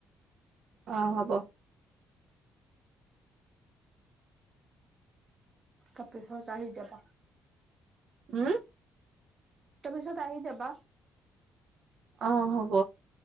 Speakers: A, on the right; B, on the right.
A: অ হ'ব
B: তাৰ পিছত আহি যাবা।
A: উম
B: তাৰপিছত আহি যাবা
A: অ হ'ব